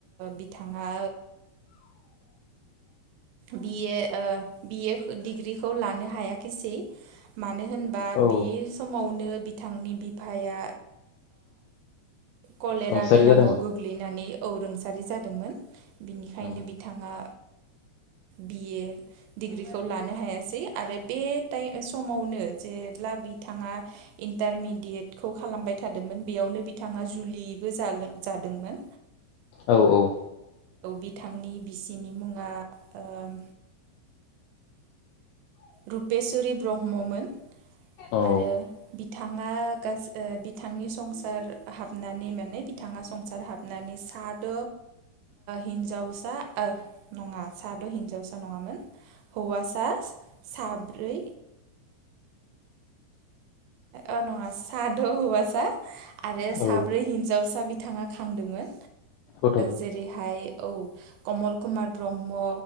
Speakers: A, on the right; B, on the left.
A: बिथाङा बि ए बिए डिग्रिखौ लानो हायाखिसै मानो होनबा
B: औ
A: बि समावनो बिथांनि बिफाया कलेरा
B: रुंसारि
A: बेरामाव
B: जादोंमोन
A: गोग्लैनानै औ रुंसारि जादोंमोन बिनिखायनो
B: औ
A: बिथाङा बि ए डिग्रिखौ लानो हायासै आरो बे समावनो जेब्ला बिथाङा इन्टारमिडियेटखौ खालामबाय थादोंमोन बेयावनो बिथाङा जुलिबो जादोंमोन
B: औ औ
A: बिथांनि बिसिनि मुङा ओं। रुपेशवरि ब्रह्ममोन।
B: औ
A: आरो बिथाङा गासै बिथांनि संसार हाबनानै माने बिथाङा संसार हाबनानै साद' हिन्जावसा नङा साद' हिनजावसा नङामोन हौवासा साब्रै। औ नङा साद' हौवासा आरो साब्रै
B: औ
A: हिनजावसा बिथाङा खांदोंमोन
B: गथ'फोर
A: जेरैहाय औ कमल कुमार ब्रह्म